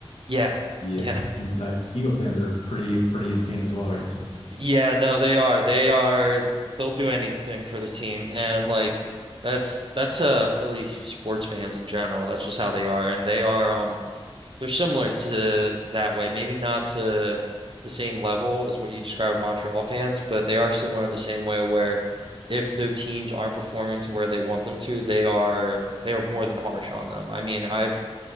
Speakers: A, on the right (about 55°); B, on the left (about 75°).
A: Yeah.
B: yeah,
A: Yeah.
B: and, uh, Eagles fans are pretty pretty insane as well, right? So,
A: Yeah, no, they are. They are they'll do anything for the team and like that's that's uh Philly sports fans in general. That's just how they are and they are um they're similar to that way. Maybe not to the same level as what you describe Montreal fans, but they are similar in the same way where if their teams aren't performing to where they want them to, they are they are more than harsh on them. I mean, I've